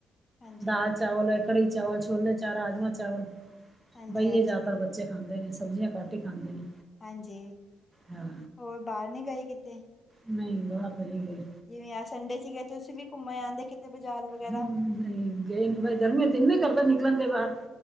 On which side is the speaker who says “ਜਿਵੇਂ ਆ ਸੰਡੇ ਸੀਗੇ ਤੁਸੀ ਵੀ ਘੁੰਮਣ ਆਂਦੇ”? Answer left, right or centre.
Left